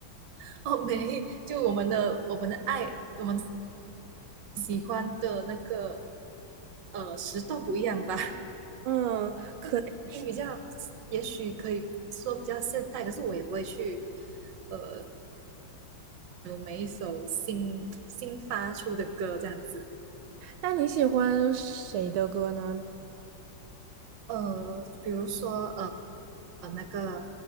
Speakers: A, on the right; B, on the right.
A: <laughs> 哦，没，就我们的我们的爱，我们喜欢的那个，呃，时段不一样吧，
B: 嗯，可以是。
A: <laughs> 听比较，也许可以说比较现代，可是我也不会去，呃，每一首新新发出的歌这样子。
B: 那你喜欢谁的歌呢？
A: 呃，比如说呃呃那个